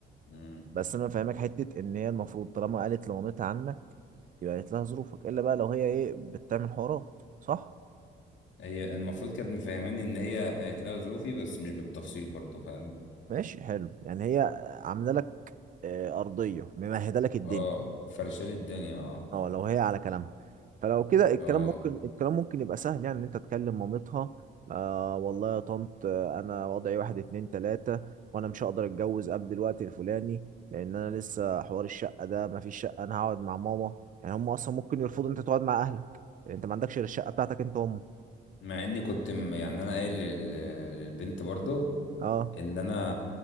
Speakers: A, on the left; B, on the right.
A: امم
B: بس انا فاهمك حتة ان هي المفروض طالما قالت لمامتها عنك يبقى قالت لها ظروفك الا بقى لو هي ايه بتعمل حوارات صح
A: هي المفروض كانت مفهماني ان هي قالت لها ظروفي بس مش بالتفصيل برضو فاهم
B: ماشي حلو يعني هي عاملة لك آه، أرضية ممهدة لك الدنيا
A: اه فرشالي الدنيا اه
B: اه لو هي على كلامها فلو كده الكلام
A: اه
B: ممكن الكلام ممكن يبقى سهل يعني ان انت تكلم مامتها آه والله يا طنط آه، انا وضعي واحد اتنين تلاتة وانا مش هقدر اتجوز قبل الوقت الفلاني لان انا لسه حوار الشقة ده مفيش شقة انا هقعد مع ماما يعني هم اصلا ممكن يرفضوا إن انت تقعد مع اهلك لأن انت ما عندكش غير الشقة بتاعتك انت وهم
A: مع اني كنت م- يعني انا قايل لل- للبنت برضو
B: اه
A: ان انا